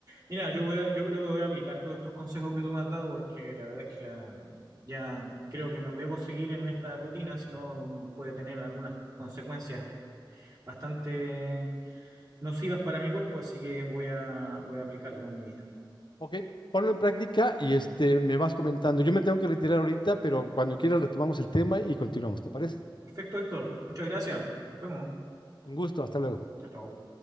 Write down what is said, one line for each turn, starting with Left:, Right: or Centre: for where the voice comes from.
Right: Mira, yo voy a- yo creo que voy a aplicar todos estos consejos que tú me has dado, porque la verdad es que la, ya creo que no debo seguir en esta rutina, sino puede tener algunas consecuencias bastante nocivas para mi cuerpo, así que voy a, voy a aplicarlo en mi vida.
Left: Ok, ponlo en práctica y este, me vas comentando. Yo me tengo que retirar ahorita, pero cuando quieras retomamos el tema y continuamos, ¿te parece?
Right: Perfecto, Héctor. Muchas gracias. Nos vemos.
Left: Con gusto, hasta luego.
Right: Chao, chao.